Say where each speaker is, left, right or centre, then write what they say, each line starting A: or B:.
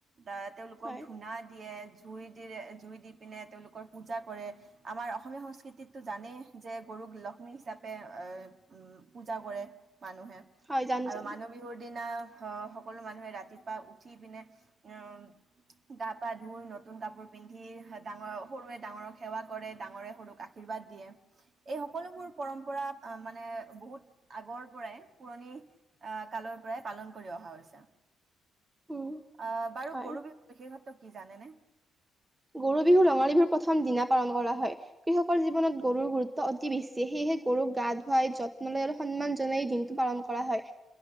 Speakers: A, on the right; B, on the right.
A: বা তেওঁলোকক
B: হয়,
A: ধূনা দিয়ে, জুই দি জুই দি পিনে তেওঁলোকৰ পূজা কৰে আমাৰ অসমীয়া সংস্কৃতিতো জানেই যে গৰুক লক্ষ্মী হিচাপে আহ পূজা কৰে। মানুহে
B: হয় জানো
A: আৰু
B: জানো
A: মানুহ বিহুৰ দি দিনা সকলো মানুহে ৰাতিপুৱা উঠি পিনে উম গা পা ধুই নতুন কাপোৰ পিন্ধি ডাঙৰ সৰুৱে ডাঙৰক সেৱা কৰে ডাঙৰে সৰুক আশীৰ্বাদ দিয়ে এই সকলোবোৰ পৰম্পৰা মানে বহুত আগৰ পৰাই পুৰণি আহ কালৰ পৰাই পালন কৰি অহা হৈছে।
B: উম,
A: অ বাৰু
B: হয়।
A: গৰু বিহু বিশেষত্ব। কি জানেনে
B: গৰু বিহু ৰঙালী বিহুৰ প্ৰথম দিনা পালন কৰা হয় কৃষকৰ জীৱনত গৰুৰ গুৰুত্ব অতি বেছি সেয়েহে গৰুক গা ধুৱাই যত্ন লৈ আৰু সন্মান জনাই দিনটো পালন কৰা হয়